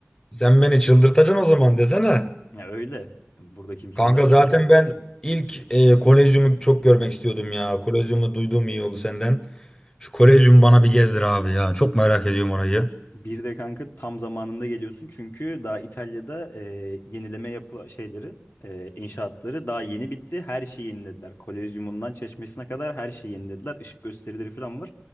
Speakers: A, on the left; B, on the left.
A: sen beni çıldırtacaksın o zaman desene.
B: Ya öyle. Buradaki imkanlar
A: Kanka
B: öyle
A: zaten
B: mesela.
A: ben ilk e, Kolezyum'u çok görmek istiyordum ya. Kolezyum'u duyduğum iyi oldu senden. Şu Kolezyum bana bir gezdir abi ya. Çok merak ediyorum orayı.
B: Bir de kanka tam zamanında geliyorsun çünkü daha İtalya'da e, yenileme yapı şeyleri e, inşaatları daha yeni bitti. Her şeyi yenilediler. Kolezyumundan çeşmesine kadar her şeyi yenilediler. Işık gösterileri falan var.